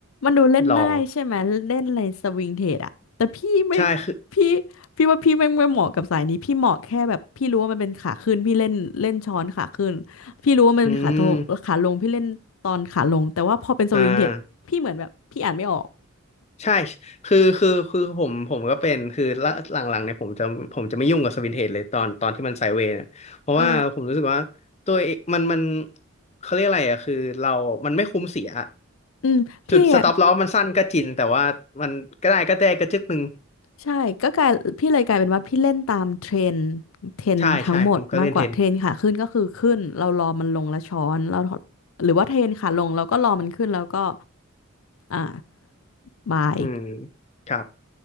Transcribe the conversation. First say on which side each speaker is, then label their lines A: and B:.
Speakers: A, on the left; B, on the left.
A: มันดูเล่นง่ายใช่ไหมเล่นอะไรสวิงเทรดอะแต่พี่ไม่
B: ลองใช่คือ
A: พี่พี่ว่าพี่ไม่ไม่เหมาะกับสายนี้พี่เหมาะแค่แบบพี่รู้ว่ามันเป็นขาขึ้นพี่เล่นเล่นช้อนขาขึ้นพี่รู้ว่ามันเป็นขาโทขาลงพี่เล่นตอนขาลงแต่ว่าพอเป็นสวิงเทรดพี่เหมือนแบบพี่อ่านไม่ออก
B: อืมอ่า ใช่ คือคือคือผมผมก็เป็น คือละหลังๆเนี่ยผมจะผมจะไม่ยุ่งกับสวินเทจเลยตอนตอนที่มันไซด์เวย์เนี่ยเพราะว่าผมรู้สึกว่า
A: เออ
B: ตัวเองมันมันเขาเรียกอะไรอะคือเรามันไม่คุ้มเสีย
A: อืมพี่อะ
B: จุดสต็อปลอสมันสั้นก็จริงแต่ว่ามันก็ได้ก็ได้ก็จึกหนึ่ง
A: ใช่ก็กลายพี่เลยกลายเป็นว่าพี่เล่นตามเทรนเทรนทั้งหมดมากกว่าเทรนขาขึ้นก็คือขึ้นเรารอมันลงแล้วช้อนเรา
B: ใช่ใช่ผมก็เล่นเทน
A: หรือว่าเทรนขาลงเราก็รอมันขึ้นแล้วก็อ่า บาย
B: อืมครับ